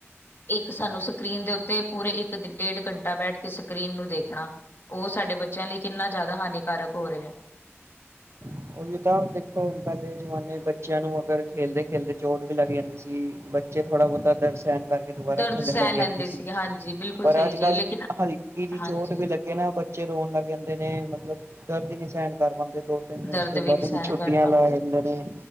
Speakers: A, on the left; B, on the right.
A: ਇੱਕ ਸਾਨੂੰ ਸਕਰੀਨ ਦੇ ਉੱਤੇ ਪੂਰੇ ਇੱਕ ਡੇਢ ਘੰਟਾ ਬੈਠ ਕੇ ਸ ਕਰੀਨ ਨੂੰ ਦੇਖਣਾ ਓ ਸਾਡੇ ਬੱਚਿਆਂ ਲਈ ਕਿੰਨਾ ਜ਼ਿਆਦਾ ਹਾਨੀਕਾਰਕ ਹੋ ਰਿਆ।
B: ਓਹੀ ਤਾਂ ਦੇਖੋ, ਹੁਣ ਪੈਲੇ ਜਮਾਨੇ ਬੱਚਿਆਂ ਨੂੰ ਅਗਰ ਖੇਲਦੇ-ਖੇਲਦੇ ਚੋਟ ਵੀ ਲੱਗ ਜਾਂਦੀ ਸੀ। ਬਚ ਦੇ ਥੋੜਾ-ਬੋਤਾ ਦਰਦ ਸਹਿਣ ਕਰਕੇ ਦੁਬਾਰਾ
A: ਦਰਦ
B: ਖੇਲਣ
A: ਸਹਿ
B: ਲੱਗ ਜਾਂਦੇ
A: ਲੈਂਦੇ
B: ਸੀ।
A: ਸੀਗੇ ਹਾਂਜੀ ਬਿਲਕੁਲ
B: ਪਰ
A: ਸਹੀ
B: ਅੱਜ-ਕਲ
A: ਜੀ ਲੇਕਿਨ
B: ਹਲਕੀ ਜੀ
A: ਹਾਂਜੀ
B: ਚੋਟ ਵੀ ਲੱਗੇ ਨਾਂ ਬ ਚੇ ਰੋਣ ਲੱਗ ਜਾਂਦੇ ਨੇਂ, ਮਤਲਬ ਦਰਦ ਈ ਨੀਂ ਸਹਿਣ ਕਰ ਪਾਂਦੇ ਦੋ-ਤਿੰਨ ਦਿਨ
A: ਦਰਦ
B: ਚ ਓਨਾਂ
A: ਨਹੀਂ
B: ਦੇ
A: ਸਹਿਣ
B: ਵੀ ਛੁੱਟੀਆਂ
A: ਕਰ ਪਾਉਂਦੇ
B: ਲੈ ਹੁੰਦੇ ਨੇਂ